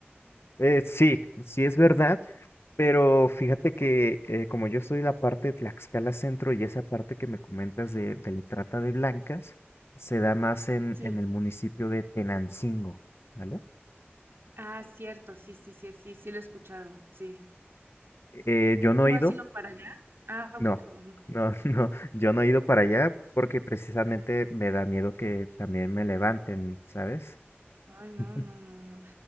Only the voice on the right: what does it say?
Sí.
Ah, cierto, sí, sí, sí, sí, sí lo he escuchado, sí.
¿Tú
has ido para allá? Ah, ok.
ju- ujú.
Ay, no,
no, no, no.